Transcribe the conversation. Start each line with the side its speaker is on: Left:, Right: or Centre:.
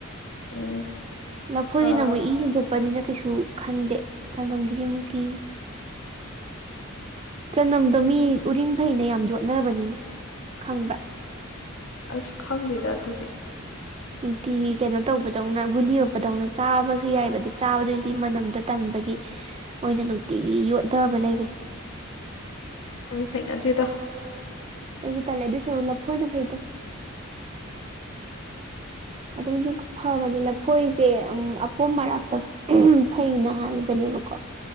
Left: ꯎꯝ
Right: ꯂ ꯐꯣꯏꯕꯤ
Left: ꯑꯥ
Right: ꯅ ꯃꯣꯏꯁꯤ ꯄꯅꯤꯅ ꯀꯩꯁꯨ ꯈꯟꯗꯦ ꯆꯥꯟꯝꯒꯤꯗꯤ ꯑꯃꯨꯛ ꯀꯤꯅꯤ ꯆꯅꯝꯗꯣ ꯃꯤ ꯎꯔꯤꯡ ꯐꯩꯅ ꯌꯥꯝ ꯌꯣꯠꯅꯕꯅꯤꯅꯦ ꯈꯪꯕ꯭ꯔꯥ
Left: ꯑꯁ ꯈꯪꯗꯦꯗ ꯑꯗꯨꯗꯤ
Right: ꯅꯨꯡꯇꯤꯒꯤ ꯀꯩꯅꯣ ꯇꯧꯕꯗꯧꯅ ꯒꯨꯂꯤ ꯑꯣꯞꯄꯗꯧꯅ ꯆꯥꯕꯁꯨ ꯌꯥꯏꯑꯕ ꯑꯗꯣ ꯆꯥꯕꯗꯨꯗꯤ ꯃꯅꯝꯗꯣ ꯇꯟꯕꯒꯤ ꯃꯣꯏꯅ ꯅꯨꯡꯇꯤꯒꯤ ꯌꯣꯗꯕ ꯂꯩꯕ
Left: ꯅꯪ ꯍꯩꯅꯗꯦꯗꯣ
Right: ꯑꯩꯖꯨ ꯇꯜꯂꯦ ꯑꯗꯨꯏ ꯁꯔꯨꯛ ꯂꯐꯣꯏꯅ ꯐꯩꯗ <unintelligible> ꯐꯕꯅꯦ ꯂꯐꯣꯏꯁꯦ ꯎꯝ ꯑꯄꯣꯝ ꯃꯔꯛꯇ ꯐꯩꯅ ꯍꯥꯏꯕꯅꯦꯕꯀꯣ